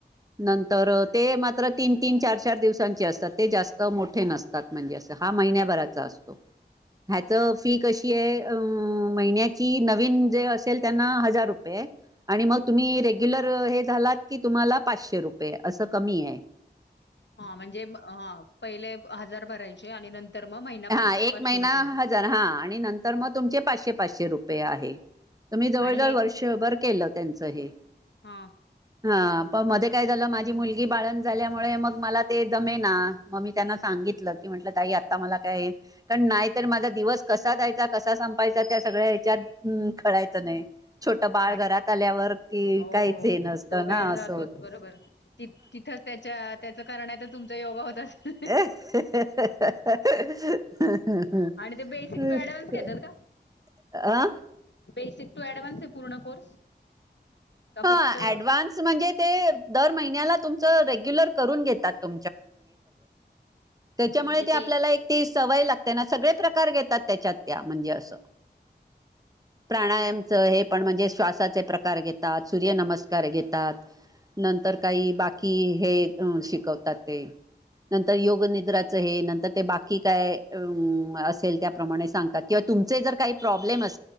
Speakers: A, on the right; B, on the left.
A: नंतर ते मात्र तीन तीन चार चार दिवसांचे असतात ते जास्त मोठे नसतात म्हणजे अस हा महिन्याभराचा असतो ह्याच फी कशी आहे महिन्याची नवीन जे असेल त्यांना हजार रुपये आणि मग तुम्ही रेग्युलर हे झालात की तुम्हाला पाचशे रुपये असं कमी आहे
B: हा म्हणजे पहिले हजार भरायचे आणि नंतर मग महिना
A: हा
B: पाचशे
A: एक
B: पाचशे
A: महिना
B: रुपये
A: हजार हा आणि नंतर मग तुमचे पाचशे पाचशे रुपये आहे तुम्ही जवळ
B: आणि
A: जवळ
B: हे
A: वर्षभर केल त्यांचं हे
B: हा
A: हा पण मध्ये काय झालं माझी मुलगी बाळण झाल्यामुळे मग मला ते जमेना मगी त्यांना सांगितलं की म्हटलं ताई आता मला काय कारण नाही तर माझा दिवस कसा जायचा कसा संपायचा त्या सगळ्या ह्याच्यात कळायचं नाही छोटं बाळ
B: आणि
A: घरात आल्यावर कि
B: हो
A: काहीच हे नसतं
B: तो
A: ना
B: वेळ जातोच
A: असं होत
B: बरोबर त तिथ त्याच्या त्याच कारण आहे तर तुमच योग होत असेल.
A: ह
B: आणि ते बेसिक टू ऍडव्हान्स घेतात का?
A: का
B: बेसिक टू ऍडव्हान्स आहे पूर्ण कोर्स का
A: हा
B: फक्त
A: डवान्स म्हणजे ते द महिन्या तुमचं रेग्युलर करून घेतात तु त्यामुळे
B: म्हणजे ते
A: आपल्या सय ला त्यांना सगळे प्रकार घेतात त्याच्यात त्या म्हणजे असं प्राणायामच
B: हा हा
A: हे पण म्हणजे शवास प्रकार घेत सूर्य नमस्कार घेतात नंतर काही बाकी हे अ शिकवतात ते नंतर योग नि ्र हे नंतर ते बाकी काय असेल त्या क त ज का प्रब्मे